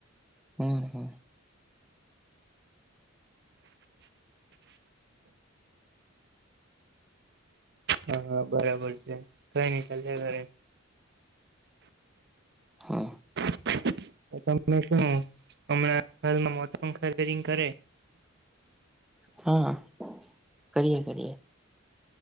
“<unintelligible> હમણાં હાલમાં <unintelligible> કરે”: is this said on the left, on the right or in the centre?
Right